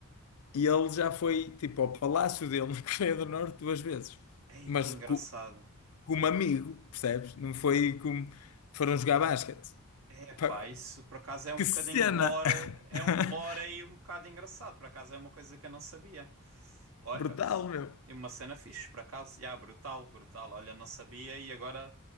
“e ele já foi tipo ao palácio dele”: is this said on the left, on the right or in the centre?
Left